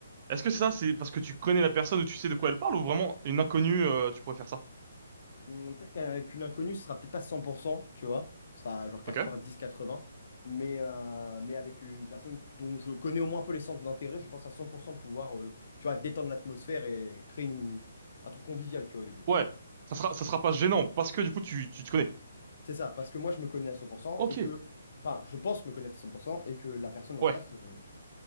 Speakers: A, on the right; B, on the left.
A: est-ce que ça, c'est parce que tu connais la personne ou tu sais de quoi elle parle ou vraiment une inconnue, euh, tu pourrais faire ça?
B: Hum, Peut-être qu'un- qu'une inconnue, ce sera peut-être pas 100%, tu vois. Ce sera genre 90-80.
A: Ok?
B: Mais, euh, mais avec une personne dont je connais au moins un peu les centres d'intérêt, je pense à 100% pouvoir, euh, tu vois, détendre l'atmosphère et créer une- un truc convivial, tu vois, au début.
A: Ouais. Ça sera, ça sera pas gênant parce que du coup, tu, tu te connais.
B: C'est ça, parce que moi, je me connais à 100%
A: Ok.
B: et que, enfin, je pense me connaître à 100% et que la personne en
A: Ouais.
B: face, euh,